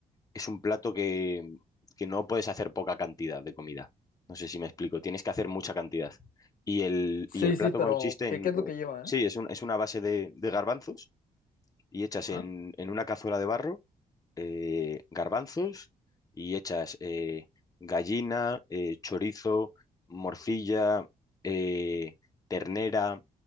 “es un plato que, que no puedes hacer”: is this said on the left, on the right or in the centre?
Left